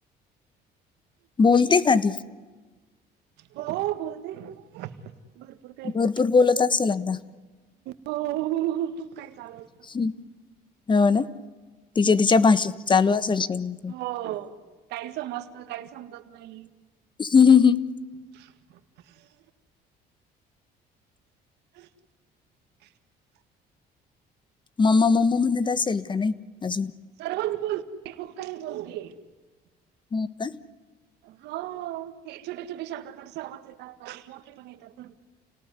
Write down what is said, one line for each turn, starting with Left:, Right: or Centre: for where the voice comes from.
Left: बोलते का ती?
Right: हो बोलते भरपूर काय बोलते.
Left: भरपूर बोलत असेल आता.
Right: हो हो तूप काय चालूय.
Left: ह् हो ना तिच्या तिच्या भाषेत चालू असेल काय.
Right: हो काही समजत काही समजत नाही.
Left: <unintelligible>
Right: <inaudible> <inaudible>
Left: मम्मा मम्मा म्हणत असेल का नाही अजून?
Right: सर्वच बोलते खूप काही बोलतेय.
Left: हो का?
Right: हो हे छोटे छोटे शब्दात तर सर्वच येतात का मोठे पण येतात.